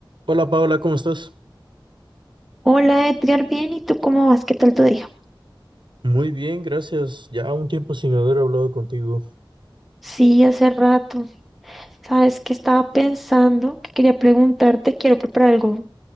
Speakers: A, on the right; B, in the centre.
A: Hola Paola, ¿cómo estás?
B: Hola Edgar, bien, ¿y tú cómo vas? ¿Qué tal tu día?
A: Muy bien, gracias. Ya un tiempo sin haber hablado contigo.
B: Sí, hace rato. Sabes que estaba pensando que quería preguntarte, quiero preparar algo